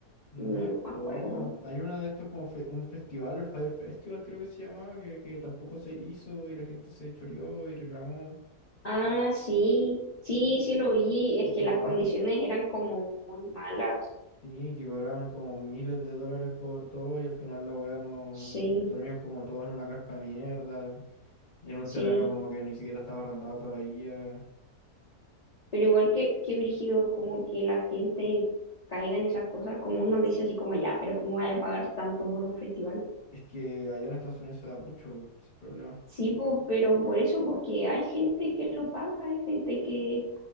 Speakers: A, on the left; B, on the left.
A: No,
B: mm,
A: es
B: no me
A: poco.
B: acuerdo.
A: Hay uno de estos como fe- un festival, el Fire Festival creo que se llamaba, que, que tampoco se hizo y la gente se choreó y reclamó.
B: Ah, sí, sí, sí lo vi, es
A: Es
B: que
A: igual.
B: las condiciones eran como muy malas,
A: Sí, que cobraban como miles de dólares por todo y al final la weá no...
B: sí,
A: Dormían como todos en una carpa de mierda, en un
B: sí,
A: terreno como que ni siquiera estaba arrendado todavía.
B: pero igual que, que brígido, como que la gente caiga en esas cosas, como uno dice así como ya, pero ¿cómo va a pagar tanto por un festival?
A: Es que allá en Estados Unidos se da mucho ese problema.
B: Sí, po, pero por eso, porque hay gente que lo paga, hay gente que,